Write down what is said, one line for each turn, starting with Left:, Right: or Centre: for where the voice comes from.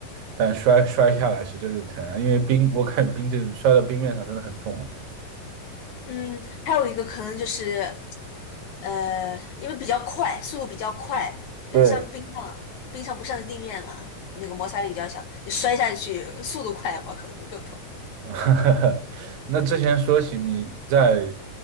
Right: 但摔摔下来是真的疼啊，因为冰我看冰这摔到冰面上真的很痛啊
Left: 嗯，还有一个可能就是呃，因为比较快，速度比较快，呃，
Right: 对，
Left: 像冰上冰上不上地面嘛，那个摩擦力比较小，你摔下去速度快的话可能会更疼。
Right: <laughs> 那之前说起你在